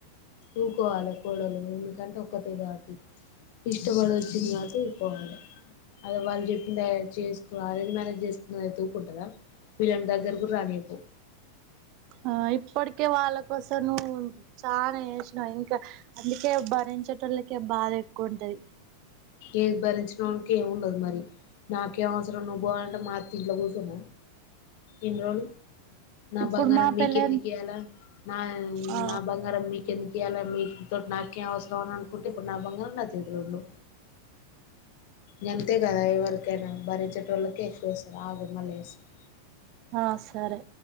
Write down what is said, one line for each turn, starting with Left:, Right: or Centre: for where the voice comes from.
Left: ఉకోవలె కోడలు ఎందుకంటే ఒక్కతే కాబట్టి ఇష్టపడి వచ్చింది కాబట్టి ఉకోవాలి అద వాళ్ళు చెప్పి చేసుకో అరేజ మేనేేజ్ చేస్తుంది ఉకుంటందా వీళ్ళని దగ్గర కూడా రానిపో
Right: ఆ ఇప్పటికే వాళ్ళ కోసం నువు చాల చేసినావు ఇంకా అందుకే భరించటళ్ళకే బాధ ఎక్కువ ఉంటది
Left: ఏది భరించిన వాళ్ళకే ఏమి ఉండదు మరి నాకేం అవసరం నువ్వు పో అంటే మా ఇంట్లో కుసోనా ఎన్ని రోజులు నా
Right: ఇప్పుడు
Left: బంగారం
Right: మా
Left: మీకెందుకు
Right: పెళ్ళైన
Left: ఇయాలా నా
Right: ఆ
Left: నా బంగారం మీకెందుకు ఇయాలా మీకు <unintelligible> నాకేం అవసరం అని అనుకుంటే ఇప్పుడు నా బంగారం నా చేతిలో ఉన్నూ గంతే కదా ఎవరికనా బర <unintelligible> ఎక్కువ వేస్తారు అగు మల్లె వేస్తారు
Right: ఆ సరే